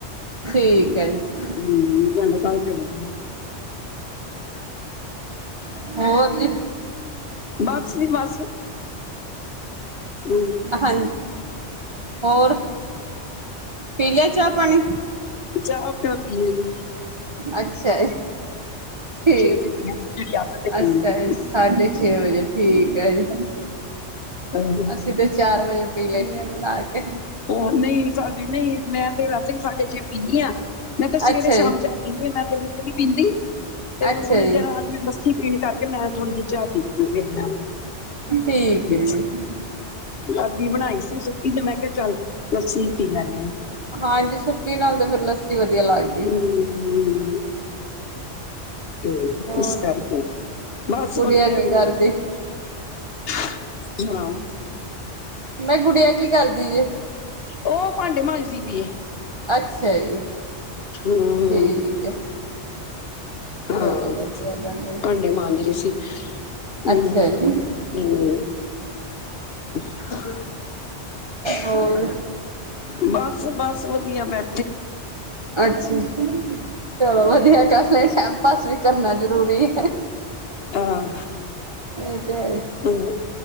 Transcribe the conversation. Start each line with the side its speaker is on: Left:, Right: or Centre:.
Right: ਠੀਕ ਹੈ ਜੀ
Left: ਹੂੰ, ਤੁਵਾਡਾ ਕੱਲ੍ਹ ਚੜੇਗਾ।
Right: ਹੋਰ ਜੀ।
Left: ਬਸ ਜੀ ਬਸ। ਹਮ,
Right: ਹਾਂਜੀ, ਹੋਰ? ਪੀ ਲਿਆ ਚਾਹ ਪਾਣੀ?
Left: ਚਾਹ ਤਾਂ ਪੀ ਲ‌ਈ।
Right: ਅੱਛਾ ਏ। ਠੀਕ।
Left: ਵਜੇ ਪੀਵਾਂਗੇ ਜਿਹੜੀ ਆਦਤ ਹੈ ਪੀਣ
Right: ਅੱਛਾ
Left: ਦੀ
Right: ਜੀ ਸਾਢੇ ਛੇ ਵਜੇ, ਠੀਕ ਐ ਜੀ।
Left: ਅਹ,
Right: ਅਸੀਂ ਤੇ ਚਾਰ ਵਜੇ ਪੀ ਲੈਂਣੇ ਆ ਬਣਾ ਕੇ।
Left: ਉਹ ਨਹੀਂ, ਸਾਡੇ ਨਹੀਂ, ਮੈਂ ਤੇ ਵੈਸੇ ਈ ਸਾਢੇ ਛੇ ਪੀਂਨੀ ਆ। ਮੈਂ ਤੇ ਸਵੇਰੇ-ਸ਼ਾਮ
Right: ਅੱਛਾ ਜੀ
Left: ਚਾਹ ਪੀਂਨੀ ਆ। ਮੈਂ ਤੇ ਨਹੀ ਤੇ ਨੀ ਪੀਂਦੀ ਤੇ
Right: ਅੱਛਾ
Left: ਹੁਣ
Right: ਜੀ
Left: ਜਿਹੜਾ ਆਦਮੀ ਮਸ ਸੀ। ਤਿੰਨ-ਚਾਰ ਦਿਨ ਮੈਂ ਥੋੜ੍ਹੀ ਜਿਹੀ ਚਾਹ ਪੀਤੀ ਹੈਗੀ ਐ। ਮੈਂ
Right: ਠੀਕ ਹੈ ਜੀ
Left: ਅਰਬੀ ਬਣਾਈ ਸੀ ਸੁਕੀ ਤੇ ਮੈਂ ਕਿਹਾ ਚੱਲ ਲੱਸੀ ਪੀ ਲੈਣੇ
Right: ਹਾਂਜੀ, ਸੁੱਕੀ ਨਾਲ ਤੇ ਫਿਰ ਲੱਸੀ ਵਧੀਆ ਲੱਗਦੀ।
Left: <inaudible> ਤੇ
Right: ਹੋਰ
Left: ਇਸ ਕਰਕੇ, ਬਸ
Right: ਗੁੜੀਆ
Left: ਵਧੀਆ।
Right: ਕੀ ਕਰਦੀ?
Left: ਕੀ ਬਣਾਊ?
Right: ਨਈ ਗੁਡੀਆ ਕੀ ਕਰਦੀ ਜੇ?
Left: ਉਹ ਭਾਂਡੇ ਮਾਂਜਦੀ ਪੀ ਏ।
Right: ਅੱਛਾ ਜੀ।
Left: ਹੂੰ-ਹੂੰ।
Right: ਠੀਕ ਹੈ।
Left: ਹਾਂ,
Right: ਚਲੋ ਵਧੀਆ ਗੱਲ ਹੈ।
Left: ਭਾਂਡੇ ਮਾਂਜ ਰਹੀ ਸੀ। ਨਾ,
Right: ਅੱਛਾ ਜੀ
Left: ਨਹੀਂ ਏ। ਤੁਸੀਂ
Right: ਹੋਰ
Left: ਨਾ ਬਸ-ਬਸ ਵਧੀਆ। ਮੈਂ
Right: ਅੱਛਾ। ਚਲੋ, ਵਧੀਆ ਕਰ ਲਏ। ਟੈਂਮ ਪਾਸ ਵੀ ਕਰਨਾ ਜ਼ਰੂਰੀ ਐ।
Left: ਆਂ।
Right: ਇਹ ਤੇ ਹੈ ਈ।
Left: ਤੇ ਹੂ,